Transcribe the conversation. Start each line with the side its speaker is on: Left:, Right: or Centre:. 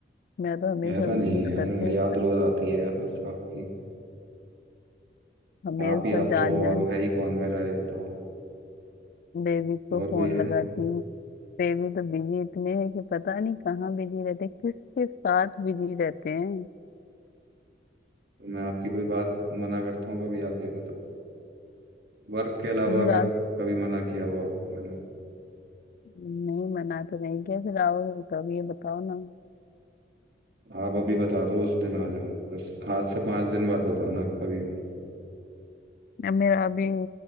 Left: मैं तो हमेशा
Right: <laughs> ऐसा नहीं
Left: मिस
Right: है
Left: करती हूँ
Right: याद रोज आती है बस आपकी
Left: हमेशा
Right: आप ही आप
Left: जान
Right: तो
Left: जान
Right: और है ही कौन मेरा ये बताओ
Left: बेबी को
Right: और
Left: फोन
Right: कोई है
Left: लगाती हूँ वे भी तो बिजी इतने हैं कि पता नहीं कहाँ बिजी रहते हैं किसके साथ बिजी रहते हैं
Right: तो मैं आपकी कोई बात मना करता हूँ कभी आप ये बताओ वर्क के अलावा
Left: तो फिर
Right: अगर
Left: आज
Right: कभी मना किया हो आपको मैंने
Left: नहीं मना तो नहीं किया फिर आओगे कब ये बताओ ना
Right: आप अभी बता दो उस दिन आ जाऊं बस आज से पांच दिन बाद बताना आप कभी भी
Left: अब मेरा अभी